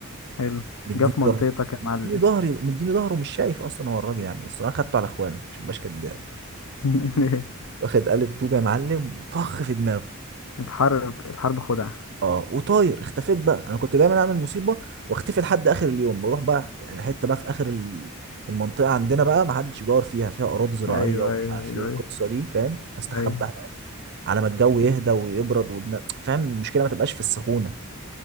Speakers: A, on the left; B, on the right.
A: حلو
B: مديني
A: جه في منطقتك
B: ظهر
A: يا
B: مديني
A: معلم
B: ظهري مديني ظهره مش شايف اصلا هو الراجل يعني بس انا خدته على اخوانه عشان مبقاش كداب
A: <laughs>
B: واخد قالب طوب يا معلم وطخ في دماغه
A: الحرب الحرب خدعة
B: اه وطاير اختفيت بقى انا كنت دايما اعمل مصيبه واختفي لحد اخر اليوم بروح بقى يعني حته بقى في اخر ال- المنطقه عندنا بقى ما حدش يدور فيها فيها اراضي زراعيه
A: ايوه
B: ومش
A: ايوه
B: عارف
A: ايوه
B: ايه والقصه دي فاهم استخبى
A: ايوه
B: هناك على ما الجو يهدى ويبرد والن- فاهم المشكله ما تبقاش في السخونه